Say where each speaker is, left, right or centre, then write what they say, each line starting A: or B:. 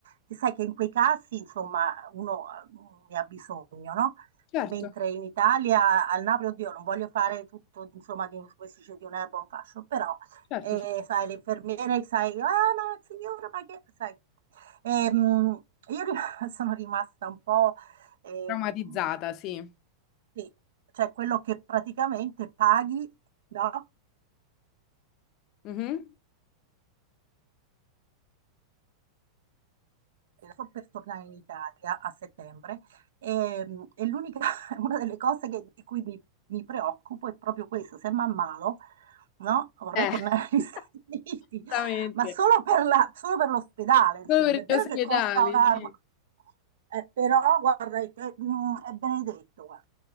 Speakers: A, on the right (about 85°); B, on the left (about 40°).
A: che sai che in quei casi, insomma, uno eh, ne ha bisogno, no?
B: Certo,
A: Mentre in Italia, al Napoli, oddio, non voglio fare tutto, insomma, di, come si dice, di un'erba un fascio, però
B: certo,
A: e
B: certo.
A: sai, le infermiere, sai, ah, ma signora, ma che, sai. Ehm, io ri- <laughs> sono rimasta un po', ehm,
B: Traumatizzata, sì.
A: sì, cioè quello che praticamente paghi, no?
B: Mhm.
A: eh, Sto per tornare in Italia a settembre e, mm, e l'unica, <laughs> una delle cose che- di cui mi, mi preoccupo è proprio questo, se mi ammalo, no? Vorrei
B: Eh,
A: tornare agli
B: <laughs>
A: <laughs> Stati Uniti,
B: esattamente.
A: ma solo per la- solo per l'ospedale, insomma.
B: Solo per
A: È
B: gli
A: vero
B: ospedali,
A: che costa un'arma,
B: sì.
A: eh, però guarda, è, è- mm, è benedetto, guarda.